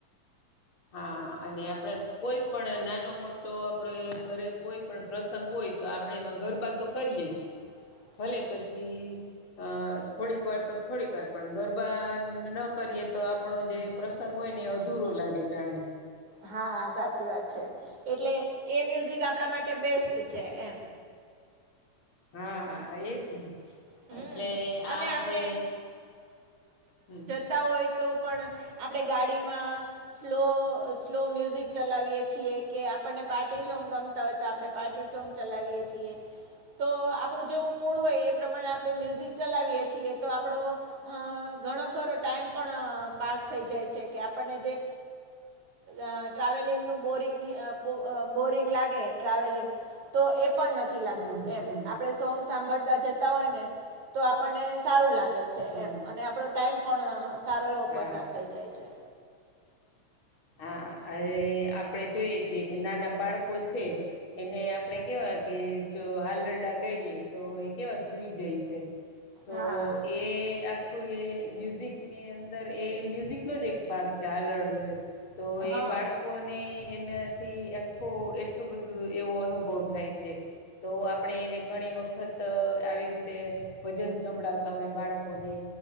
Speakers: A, on the left; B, on the right.
A: હા, અને આપણે કોઈ પણ નાનો મોટો આપણે ઘરે કોઈ પણ પ્રસંગ હોય તો આપણે એમાં ગરબા તો કરીએ જ.
B: <inaudible>
A: ભલે પછી અ થોડીક વાર તો થોડીક વાર પણ ગરબા ન કરીએ તો આપણો જે પ્રસંગ હોય ને એ અધૂરો લાગે જાણે.
B: હા હા, સાચી વાત છે. એટલે એ મ્યુઝિક આપણા માટે બેસ્ટ છે એમ.
A: હા હા, એજ ને.
B: હમ
A: એટલે
B: અને
A: આજે
B: આપણે
A: હમ.
B: તા હોય તો પણ આપણે ગાડીમાં સ્લો સ્લો મ્યુઝિક ચલાવીએ છીએ કે આપણને પાર્ટી સોંગ ગમતા હોય તો આપડે પાર્ટી સોંગ ચલાવીએ છીએ તો આપણું જેવું મૂળ હોય એ પ્રમાણે આપણે મ્યુઝિક ચલાવીએ છીએ તો આપડો અ ઘણો ખરો ટાઈમ પણ પાસ થઈ જાય છે કે આપણને જે અ ટ્રાવેલિંગનું બોરિંગ અ બોરિંગ લાગે ટ્રાવેલિંગ. તો એ પણ નથી થી લાગતું
A: હમ
B: એમ
A: હમ
B: આપણે સૌવ સાંભળતા જતા હોય ને તો આપણને સારું લાગે. છે
A: હમ
B: એમ અને આપણો ટાઈમ પણ સારો એવો
A: હા
B: પસાર થઈ જાય છે.
A: હા, અને આપડે જોઈએ છીએ કે નાના બાળકો છે. એને આપડે કેવા કે જો હાલરડા ગઈએ. તો એ કેવા સૂઈ જાય છે તો
B: હા
A: એ આ આખું એ મ્યુઝિકની અંદર એ મ્યુઝિકનો જ એક ભાગ છે આલરડું એ. તો
B: હા
A: એ બાળક. કોને એનાથી આખો એટલું બધું એવો અનુભવ થાય છે. તો આપણે એને ઘણી વખત આવી રીતે ભજન સંભળાવતા હોય બાળકોને.